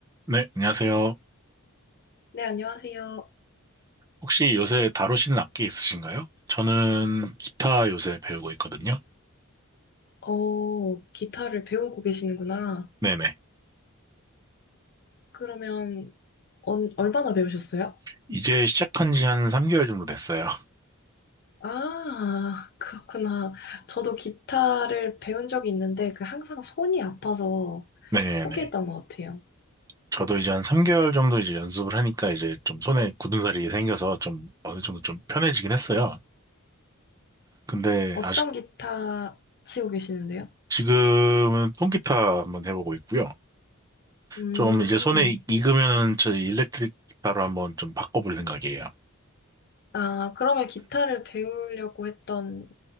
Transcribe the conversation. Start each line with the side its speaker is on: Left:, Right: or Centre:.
Right: 네, 안녕하세요.
Left: 네, 안녕하세요.
Right: 혹시 요새 다루시는 악기 있으신가요? 저는 기타 요새 배우고 있거든요.
Left: 어, 기타를 배우고 계시는구나.
Right: 네네.
Left: 그러면, 언, 얼마나 배우셨어요?
Right: 이제 시작한 지 한 3개월 정도 됐어요.
Left: 아, 그렇구나. 저도 기타를 배운 적이 있는데, 그 항상 손이 아파서
Right: <laughs> 네네.
Left: 포기했던 것 같아요.
Right: 저도 이제 한 3개월 정도 이제 연습을 하니까 이제 좀 손에 굳은 살이 생겨서 좀 어느 정도 좀 편해지긴 했어요. 근데
Left: 어떤
Right: 아직
Left: 기타 치고 계시는데요?
Right: 지금은 통기타 한번 해보고 있고요.
Left: 음,
Right: 좀 이제 손에 익- 익으면은 저 일렉트릭 기타로 한번 좀 바꿔볼 생각이에요.
Left: 아, 그러면 기타를 배우려고 했던,